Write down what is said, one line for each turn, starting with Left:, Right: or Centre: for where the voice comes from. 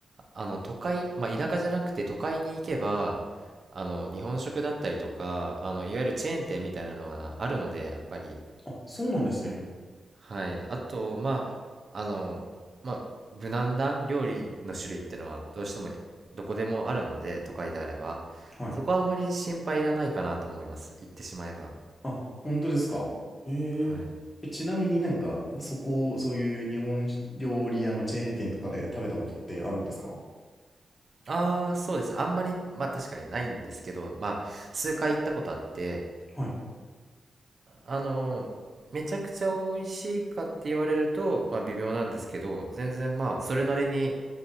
Right: あの都会、まあ、田舎じゃなくて都会に行けばあの日本食だったりとかあのいわゆるチェーン店みたいなのはあるのでやっぱり
Left: あ、そうなんですね。
Right: はいあとまああのまあ無難な料理の種類ってのはどうしてもどこでもあるので都会であれば
Left: はい。
Right: そこはあまり心配いらないかなと思います行ってしまえば
Left: あ、本当ですか。へええ、
Right: はい
Left: ちなみになんか、そこ、そういう日本料理屋のチェーン店とかで食べたことってあるんですか
Right: ああ、そうです。あんまり、まあ確かにないんですけど、まあ数回行ったことあって、
Left: はい。
Right: あのーめちゃくちゃ美味しいかって言われると、まあ微妙なんですけど、全然まあそれなりに